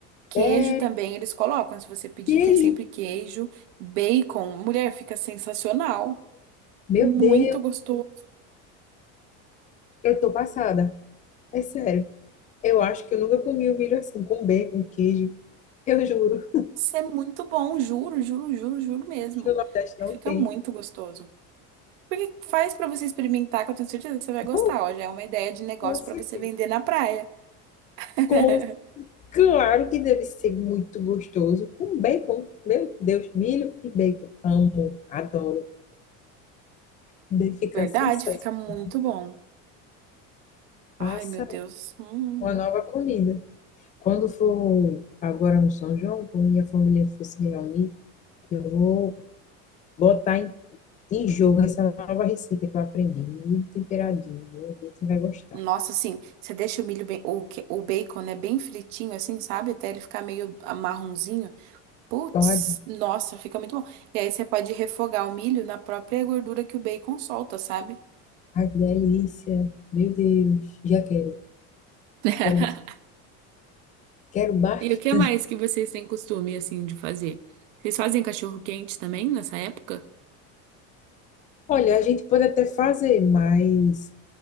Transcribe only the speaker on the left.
sério.
Queijo.
Meu
Deus,
eu tô passada. É sério. Eu acho que eu nunca comi um milho assim, com bacon, queijo. Eu juro,
aqui no Nordeste
não
tem.
Bom,
com certeza.
Com- Claro que deve ser muito gostoso. Com bacon. Meu Deus, milho e bacon. Amo, adoro. Deve ficar
sensacional.
Passa
uma nova comida. Quando for agora no São João, quando minha família for se reunir, eu vou botar em de jogo essa nova receita que eu aprendi. Milho temperadinho. Vou ver quem vai gostar.
Torradinho.
Ai, que delícia. Meu Deus. Já quero.
Quero, quero bastante.
Olha, a gente pode até fazer, mas